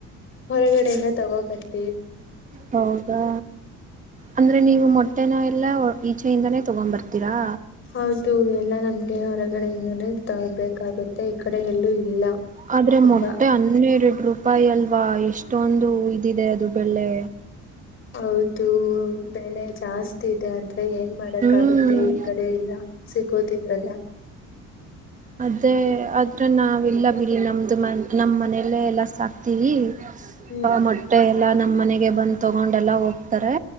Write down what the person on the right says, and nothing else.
ಹೌದಾ ಅಂದ್ರೆ ನೀವು ಮೊಟ್ಟೆನೋ ಎಲ್ಲ ಈಚೆಯಿಂದಾನೇ ತಗೊ್ಂಬರ್ತೀರಾ
ಆದ್ರೆ
ಮೊಟ್ಟೆ ಹನ್ನೆರಡು ರೂಪಾಯ ರೂಪಾಯಿ ಅಲ್ವಾ ಎಷ್ಟೊಂದು ಇದಿದೆ ಅದು ಬೆಲೆ
ಹ್ಮ್
ಅದೇ ಅದ್ರು ನಾವಿಲ್ಲ ಬಿಡಿ ನಮ್ದು ಮ ನಮ್ಮ್ ಮನೆಲ್ಲೇ ಎಲ್ಲ ಸಾ ಕ್ತಿವಿ
ಆ ಮೊಟ್ಟೆ. ಎಲ್ಲಾ ನಮ್ಮ್ ಮನೆಗೆ ಬಂದ್ ತೊಗೊಂಡೆಲ್ಲಾ ಹೋಗ್ ತರೆ